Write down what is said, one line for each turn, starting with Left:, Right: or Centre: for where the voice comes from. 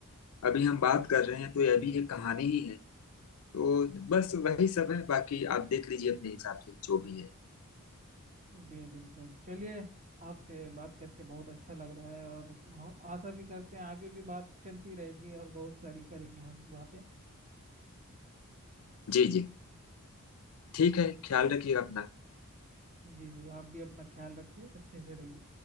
Left: अभी हम
Right: जी
Left: बात
Right: बिल्कुल
Left: कर रहे हैं तो यह भी एक कहानी ही है तो बस वही सब है बाकी आप देख लीजिए अपने हिसाब से जो भी है
Right: जी बिल्कुल चलिए आपसे बात करके बहुत अच्छा लग रहा है और ह- आशा भी करते हैं आगे भी बात चलती रहेगी और बहुत सारी करेंगे हम बातें
Left: जी जी ठीक है ख्याल रखिए अपना
Right: जी जी आप भी अपना ख्याल रखिए अच्छे से रहिए